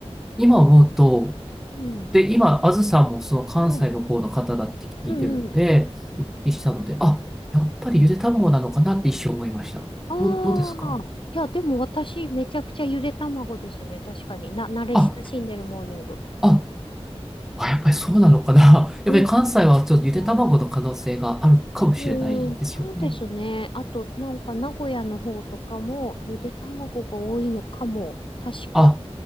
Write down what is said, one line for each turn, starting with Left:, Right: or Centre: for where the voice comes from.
Centre: 今思うと、
Left: うん、
Centre: で、今、あずさんもその関西の方の方だって聞いてるので、
Left: うん、うん、うん。
Centre: お聞きしたので、あ、やっぱりゆで卵なのかなって一瞬思いました。
Left: ああいや、
Centre: ど、どうですか
Left: でも私、めちゃくちゃゆで卵ですね。確かに。な、慣れ親しんでるモーニング。
Centre: あ、あ、あ、やっぱりそうなのかな。<laughs> やっぱり関西はちょっとゆで卵の可能性があるかもしれないですよね。
Left: うん、そうかな。うん、そうですね。あと、なんか、名古屋の方とかも、ゆで卵が多いのかも。確か。
Centre: あ、